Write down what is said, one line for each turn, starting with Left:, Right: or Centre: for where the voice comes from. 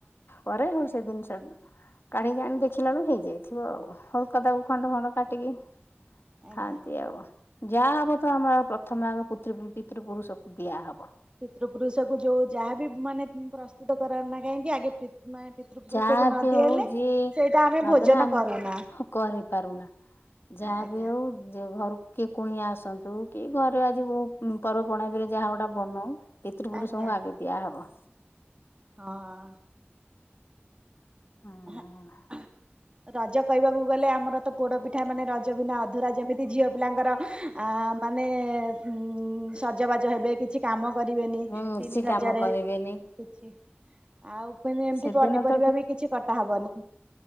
Left: ପରେ <unintelligible> କାଢିକି ଆଣି ଦେଖିଲା ବଳୁ ହେଇଯାଇଥିବ ଆଉ, ହଳକା ତାକୁ ଖଣ୍ଡ ଖଣ୍ଡ କାଟିକି
Right: ଆଜ୍ଞା
Left: ଖାଆନ୍ତି ଆଉ। ଯାହା ହବ ତ ଆମର ପ୍ରଥମେ ଆମେ ପୁତୃ ପିତୃ ପୁରୁଷକୁ ଦିଆହବ।
Right: ପିତୃ ପୁରୁଷକୁ ଯୋଉ ଯାହାବି ମାନେ ପ୍ରସ୍ତୁତ କର ହେଉନା କାହିଁକି ଆଗେ ମାନେ ପିତୃପୁରୁଷକୁ
Left: ଯାହା
Right: ନ
Left: ବି
Right: ଦିଆହେଲେ
Left: ହଉ ଯିଏ
Right: ସେଇଟା ଆମେ
Left: ନଦେଲେ
Right: ଭୋଜନ
Left: ଆମେ
Right: କରୁନା
Left: ଭୋକ ହେଇ ପାରୁନା। ଯାହା
Right: ଆଜ୍ଞା
Left: ବି ହେଉ ଯେ ଘର କିଏ କୁଣିଆ ଆସନ୍ତୁ କି ଘରେ ଆଜି ମୁଁ ପର୍ବପଣାବରେ ଯାହା ଗୋଟା ବନାଏ ପିତୃପୁରୁଷଙ୍କୁ
Right: ଆଜ୍ଞା
Left: ଆଗେ ଦିଆହବ।
Right: ହଁ। <inaudible>
Left: ହୁଁ
Right: ରଜ କହିବାକୁ ଗଲେ ଆମର ତ ପୋଡ ପିଠା ମାନେ ରଜ ବିନା ଅଧୁରା। ଯେମିତି ଝିଅ ପିଲାଙ୍କର ମାନେ ଉ ସଜବାଜ ହେବେ କିଛି କାମ କରିବେନି
Left: ମୁଁ
Right: ତିନି
Left: କିଛି କାମ
Right: ରଜରେ
Left: କରିବେନି।
Right: କିଛି। ଆଉ କହିଲେ ଏମତି
Left: ସେଦିନ
Right: ପନିପରିବା
Left: ତ
Right: ବି କିଛି କଟା ହବନି।